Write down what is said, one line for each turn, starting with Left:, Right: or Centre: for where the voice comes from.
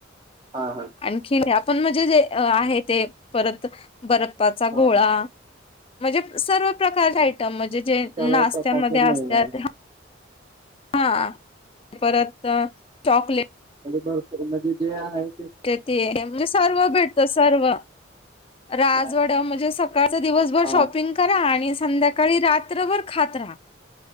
Right: हा हा.
Left: आणखी आपण म्हणजे जे आहे.. ते परत बर्फाचा
Right: हा
Left: गोळा म्हणजे सर्व प्रकारचे आयटम मजे जे
Right: सर्व
Left: नाश्त्यामध्ये
Right: प्रकारचे
Left: असत्यात
Right: मिळणार हा.
Left: ह्ह्.... हा. परत चॉकलेट..
Right: भरपूरमध्ये जे आहेत..
Left: ते ते म सर्व भेटत सर्व राजवाड्या
Right: हा
Left: म्हणजे सकाळचा दिवसभर
Right: हा
Left: शॉपिंग... करा आणि संध्याकाळी रात्रभर खात राहा,